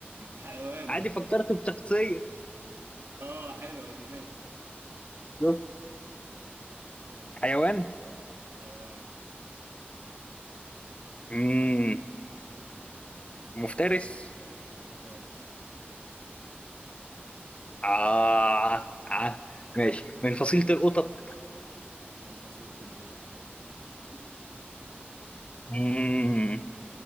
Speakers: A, on the right; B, on the left.
A: حيوانه
B: عادي
A: <laughs>
B: فكرت بشخصيه
A: اه حلوه دي ماشي ماشي
B: شوف
A: ماشي
B: حيوان
A: حيوان
B: مم. مفترس
A: مفترس
B: آه. آه. ماشي من فصيله القطط
A: من فصيلة القطط <laughs>
B: مم.